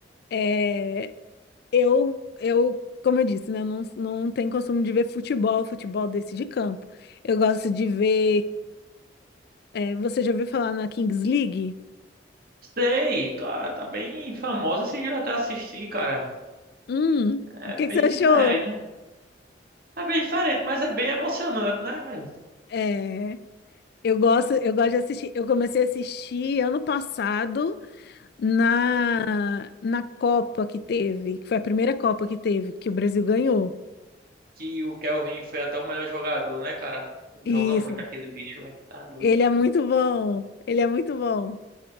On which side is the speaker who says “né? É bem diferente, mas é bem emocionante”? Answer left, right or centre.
Right